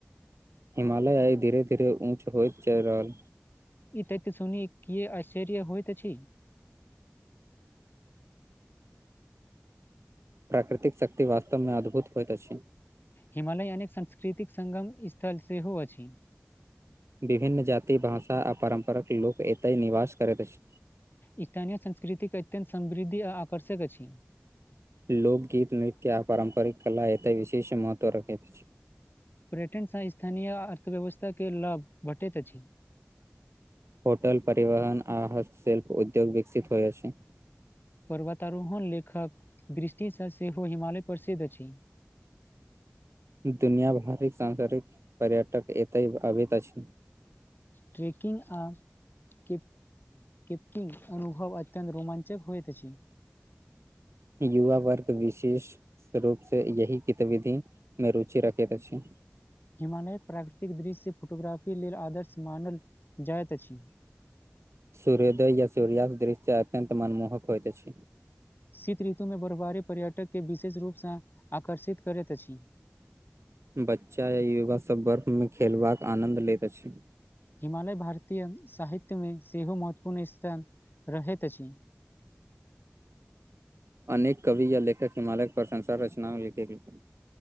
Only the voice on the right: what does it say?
हिमालय आइ धीरे धीरे ऊँच होइत जा रहल।
प्राकृतिक शक्ति वास्तवमे अद्भुत होइत अछि।
विभिन्न जाति भाषा आ परम्पराक लोक एतेक निवास करैत अछि
लोकगीत नृत्य आ पारम्परिक कला एतय विशेष महत्व रखैत अछि।
होटल परिवहन आ हस्तशिल्प उद्योग विकसित होइ अछि
दुनिया भरिक सांस्कृिक पर्यटक एतय भाबैत अछि
युवा वर्ग विशेष ' रूप से यही गतिविधि मे रुचि रखैत अछि
सूर्योदय या सूर्यास्त दृश्य अत्यंत मनमोहक होइत अछि
बच्चा य युवा सब बर्फ में खेलबाक आनद लैत अछि।
अनेक कवि या लेखक हिमालयक प्रशंसा रचना लिख <unintelligible> गेलखिन